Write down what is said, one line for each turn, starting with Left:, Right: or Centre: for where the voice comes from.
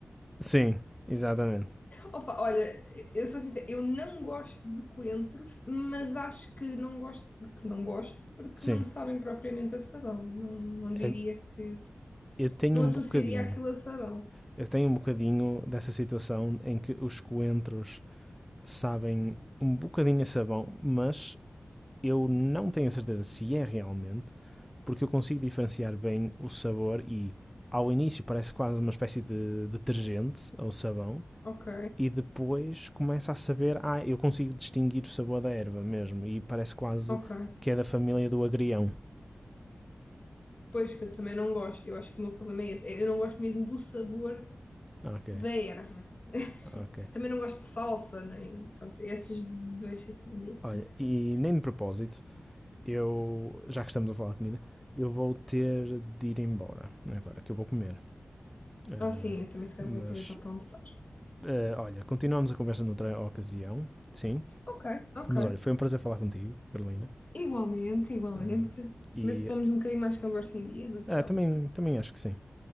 Centre: Sim, exatamente.
Left: Opa, olha, eu sou sincera, eu não gosto de coentros, mas acho que não gosto porque não gosto, porque
Centre: Sim.
Left: não me sabem propriamente a sabão. Não, não diria
Centre: Eh,
Left: que
Centre: Eu tenho
Left: Não
Centre: um
Left: associaria
Centre: bocadinho.
Left: aquilo a sabão.
Centre: Eu tenho um bocadinho dessa situação em que os coentros sabem um bocadinho a sabão, mas eu não tenho a certeza se é realmente, porque eu consigo diferenciar bem o sabor e ao início parece quase uma espécie de detergente ou sabão,
Left: Ok,
Centre: e depois começa a saber, ah, eu consigo distinguir o sabor da erva mesmo, e parece quase
Left: ok.
Centre: que é da família do agrião.
Left: Pois que eu também não gosto. Eu acho que o meu problema é esse. É, Eu não gosto mesmo do sabor
Centre: Ok,
Left: da erva.
Centre: ok.
Left: Também não gosto de salsa, nem. Pronto, esses dois assim,
Centre: Olha,
Left: não gosto
Centre: e
Left: muito.
Centre: nem de propósito, eu, já que estamos a falar de comida, eu vou ter de ir embora agora, que eu vou comer. Ah,
Left: Ah, sim, eu também se calhar
Centre: mas,
Left: vou aproveitar para almoçar.
Centre: ah, olha, continuamos a conversa noutra ocasião, sim.
Left: Ok, ok.
Centre: Mas olha, foi um prazer falar contigo, Carolina.
Left: Igualmente, igualmente.
Centre: Ah, e
Left: Vê se pomos um bocadinho mais conversa em dia, natural.
Centre: ah, também,
Left: também.
Centre: também acho que sim.